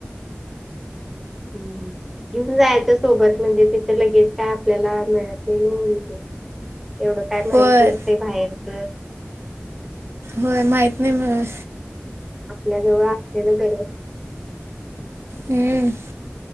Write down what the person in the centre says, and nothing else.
हम्मं घेऊंन जायचं सोबतं म्हणजे तिथं लगेच कायं आपल्याला मिळतं नाहीं नं म्हणजे एवढं कायं माहित
नसतं बाहेरचं
आपल्या जवळं असलेलं गरजं